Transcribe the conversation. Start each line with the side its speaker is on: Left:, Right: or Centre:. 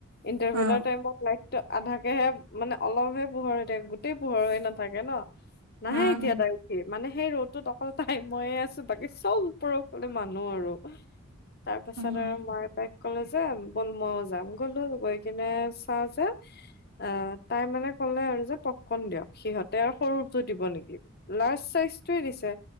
Left: ইণ্টাৰভেলৰ
Right: অ
Left: টাইমত লাইটটো- আধাকেহে মানে অলপহে পোহৰ হৈ থাকে গোটেই পোহৰ হয় না থাকে ন, নাহে
Right: উম
Left: এতিয়া তাই উঠি। মানে, সেই ৰ'দত অকল তাই মইয়ে আছো, বাকী চব ওপৰৰ ফালে মানুহ আৰু। অহ। তাৰ পাছত
Right: উম
Left: আৰু <unintelligible> কলে যে বল ময়ো যাম, গলো গৈ কিনে চা যে আহ তাই মানে কলে আৰু যে পপ'কন দিয়ক। সিহঁতে আৰু সৰুটো দিব নেকি লাৰ্জ চাইজটোৱে দিছে।